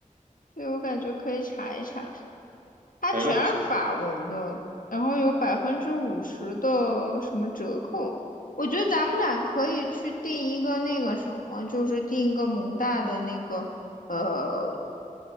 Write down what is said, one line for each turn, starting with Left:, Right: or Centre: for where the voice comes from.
Left: 对，我感觉可以查一查，它全是法文的，
Right: 没问题，
Left: 然后有百分之五十的什么折扣。我觉得咱们俩可以去订一个那个什么，就是订一个蒙大的那个呃